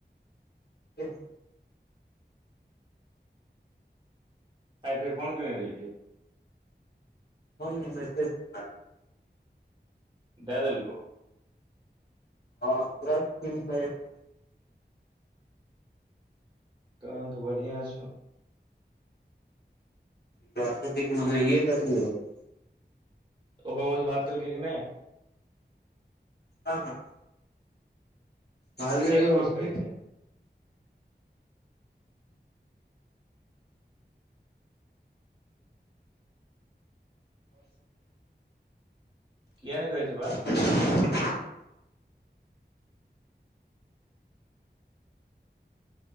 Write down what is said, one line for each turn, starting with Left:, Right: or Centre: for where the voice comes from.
Left: <unintelligible>
Right: ताइ फेर फोन केने रहिये
Left: हनसेज <inaudible>
Right: दैय देलको
Left: हँ तुरत फ <unintelligible>
Right: तहन तऽ बढ़िआँ छौ
Left: प्रासृतिक मने य दल रह <unintelligible>
Right: ओकर मोबाइल से बात केलकै कि नहि
Left: हँ हँ कहलियौ
Right: नहि ककरो
Left: हम
Right: से करै छै
Left: <inaudible>
Right: कए नहि कहै छै बात
Left: <inaudible>